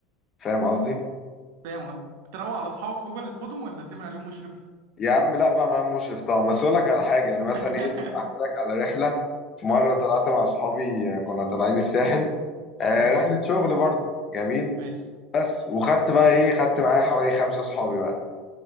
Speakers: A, on the left; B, on the right.
A: فاهم قصدي
B: فاهم قصدي بتروق على اصحابك بقى اللي تاخدهم ولا بتعمل عليهم مشرف
A: يا عم لا بقى معايا مشرف طبعا بس اقول لك على حاجه يعني مثلا
B: <laughs>
A: ايه احكي لك على رحله في مره طلعت مع اصحابي آه، كنا طالعين الساحل آه
B: ماشي
A: رحله شغل برضو جميل
B: ماشي
A: بس وخدت بقى ايه خدت معايا حوالي خمسه اصحابي بقى